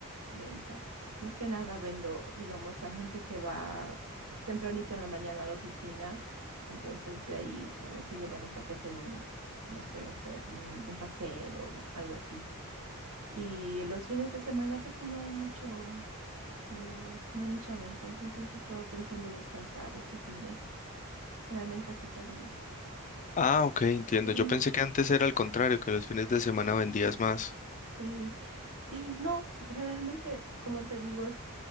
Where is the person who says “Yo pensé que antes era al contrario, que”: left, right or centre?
Left